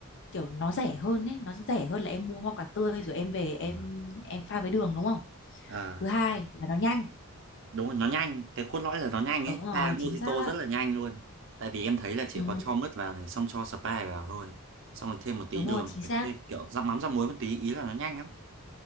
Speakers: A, on the left; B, on the right.
A: kiểu nó rẻ hơn ấy nó rẻ hơn là em mua hoa quả tươi rồi em về em
B: à.
A: em pha với đường đúng không
B: à.
A: thứ hai là nó nhanh
B: đúng rồi nó nhanh cái cốt lõi là nó nhanh
A: đúng
B: ấy
A: rồi
B: pha mojito
A: chính xác ạ
B: rất là nhanh luôn tại vì em thấy là chỉ
A: ừ,
B: có cho mứt vào này xong cho Sprite vào thôi xong rồi thêm một tí
A: đúng
B: đường
A: rồi chính
B: rồi
A: xác
B: thêm kiểu rắc mắm rắc muối một tí ý là nó nhanh lắm